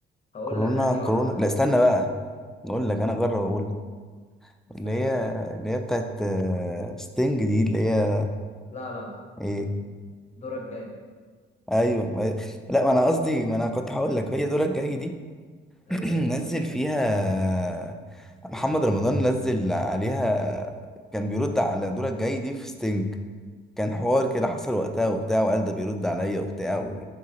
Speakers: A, on the left (about 35°); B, in the centre.
A: هقول
B: كورونا
A: لك أنهي
B: كورونا
A: واحدة
B: لا استنى بقى اقول لك انا اجرب اقول لك
A: مستحيل
B: اللي هي اللي هي بتاعت آه، ستينج دي اللي هي
A: لا لا لا
B: ايه
A: دورك جاي
B: ايوه ما... لا ما انا قصدي ما انا كنت هقول لك هي دورك الجاي دي
A: أيوه
B: <clears throat>
A: هي
B: نزل
A: دورك جاي
B: فيها محمد رمضان نزل عليها كان بيرد على دورك الجاي دي في ستينج كان حوار كده حصل وقتها وبتاع وقال ده بيرد عليا وبتاع و-